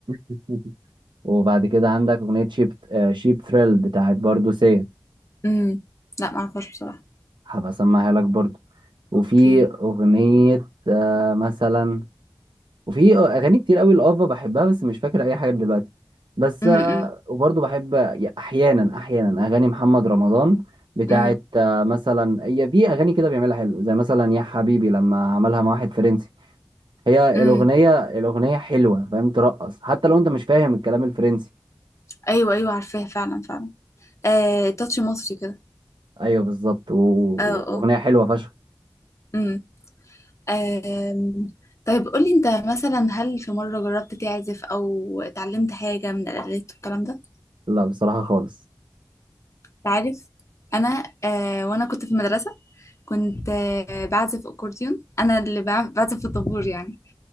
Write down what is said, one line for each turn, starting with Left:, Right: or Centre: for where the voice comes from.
Right: <laughs> وبعد كده عندك اغنيه شيب شيب ثريل بتاعت برضو سيا
Left: امم لا ما اعرفهاش بصراحه
Right: هبقى اسمعها لك برضو وفي
Left: اوكي
Right: اغنيه آه، مثلا وفي اغاني كتير قوي لافا بحبها بس مش فاكر اي حاجه دلوقتي بس
Left: امم
Right: آه، وبرضه بحب احيانا احيانا اغاني محمد رمضان بتاعت
Left: امم
Right: آه، مثلا هي في اغاني كده بيعملها حلو زي مثلا يا حبيبي لما عملها مع واحد فرنسي هي
Left: امم
Right: الاغنيه الاغنيه حلوه فاهم ترقص حتى لو انت مش فاهم الكلام الفرنسي
Left: ايوه ايوه عارفاها فعلا فعلا آه تاتش مصري كده
Right: ايوه بالظبط والاغنيه
Left: اه اه
Right: حلوه فشخ
Left: امم آم، طيب قولي انت مثلا هل في مره جربت تعزف او اتعلمت حاجه من الالات والكلام ده
Right: لا بصراحه خالص
Left: تعرف انا آه وانا كنت في المدرسه كنت آه بعزف اكورديون انا اللي بع- بعزف في الطابور يعني